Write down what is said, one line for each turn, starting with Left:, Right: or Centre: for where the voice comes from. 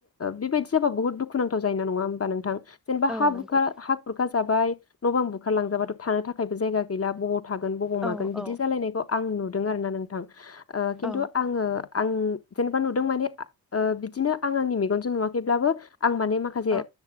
Left: बेबायदि जाबा बहुत दुखुनांथाव जायोना नङा होमबा नोंथां जेनेबा
Centre: औ
Left: हाबुखार
Centre: नंगौ
Left: हा खुरखा जाबाय न' बांं बुखारलांजाबाथ' थानो थाखायबो जायगा गैला बहुत थागोन बबाव
Centre: औ
Left: मागोन बिदि
Centre: औ
Left: जालायनायखौ आं नु आरो ना नोंथां ओ खिन्थु
Centre: औ
Left: आङो आं जेनेबा नुदों माने ओ बिदिनो आं आंनि मेगनजों नुवाखैब्लाबो आं माने माखासे
Centre: औ